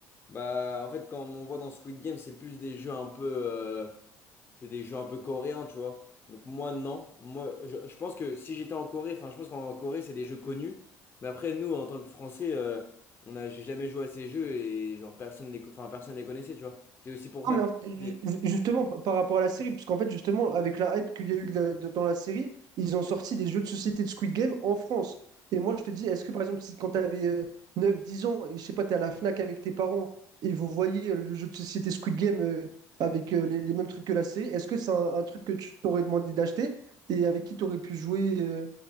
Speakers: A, on the left; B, on the right.
A: Bah, en fait, quand on voit dans Squid Game, c'est plus des jeux un peu, euh, c'est des jeux un peu coréens, tu vois. Donc moi, non. Moi, je, je pense que si j'étais en Corée, enfin, je pense qu'en Corée, c'est des jeux connus. Mais après, nous, en tant que Français, euh, on a, j'ai jamais joué à ces jeux et genre personne les, co- enfin, personne les connaissait, tu vois. C'est aussi pour
B: Non,
A: ça
B: mais
A: que
B: en fait, ju-
A: les-
B: ju- justement, pa- par rapport à la série, parce qu'en fait, justement, avec la hype qu'il y a eu de la- de- dans la série, ils ont sorti des jeux de société de Squid Game en France. Et moi, je te dis, est-ce que par exemple, si quand tu avais 9-10 ans et je sais pas, tu es à la FNAC avec tes parents et vous voyez euh, le jeu de société Squid Game euh, avec euh, les, les mêmes trucs que la série, est-ce que c'est un, un truc que tu t'aurais demandé d'acheter et avec qui tu aurais pu jouer euh,